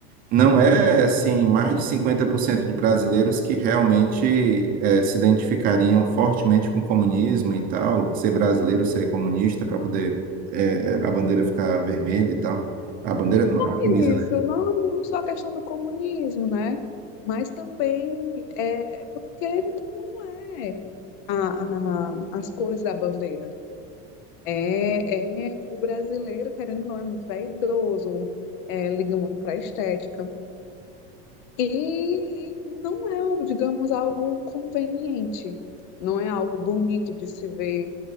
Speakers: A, on the right (about 25°); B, on the left (about 50°).
A: não é assim, mais de 50% de brasileiros que realmente eh, se identificariam fortemente com o comunismo e tal, ser brasileiro, ser comunista para poder eh, eh, a bandeira ficar vermelha e tal. A bandeira não, a camisa,
B: É
A: né?
B: Isso, não, não só a questão do comunismo, né? Mas também é porque não é a, a- as cores da bandeira. É, é, o brasileiro, querendo ou não, é muito vaidoso, é, liga muito para a estética. E não é, algo, digamos, algo conveniente, não é algo bonito de se ver,